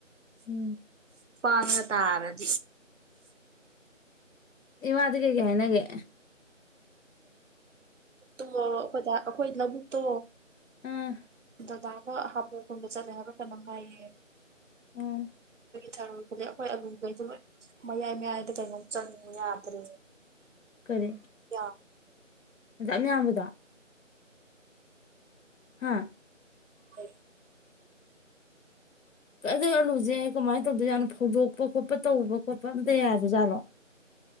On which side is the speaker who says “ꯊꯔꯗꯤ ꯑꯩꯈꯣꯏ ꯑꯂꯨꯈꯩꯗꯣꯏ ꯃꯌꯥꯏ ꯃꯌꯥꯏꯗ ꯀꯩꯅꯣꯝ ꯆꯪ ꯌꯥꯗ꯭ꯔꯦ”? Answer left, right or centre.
Right